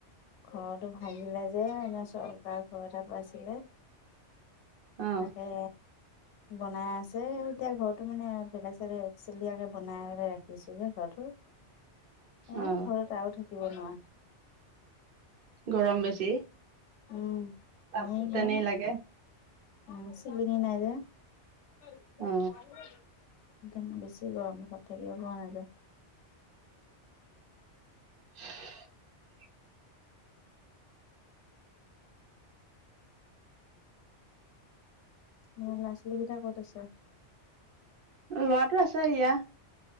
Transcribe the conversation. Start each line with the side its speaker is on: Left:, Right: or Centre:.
Left: ঘৰটো ভাগিলে যে এনে চৰকাৰ ঘৰ এটা পাইছিলে
Right: অ
Left: তাকে বনাই আছে এতিয়া ঘৰতো মানে বেলেগ চাইদে একচেলিয়াকে বনাই ৰাখিছো হে ঘৰটো এ
Right: অ
Left: ঘৰত আৰু থাকিব নোৱা
Right: গৰম বেছি
Left: উম
Right: তাপ
Left: এনেই গৰম
Right: তেনে লাগে।
Left: উম চিলিঙি নাই যে সেইকাৰণে
Right: অ
Left: বেছি গৰম ঘৰত থাকিব পৰা নাযায়।
Right: <unintelligible> <inaudible>
Left: অ ল'ৰা ছোৱালীকেইটা ক'ত আছে?
Right: লৰাটো আছে ইয়া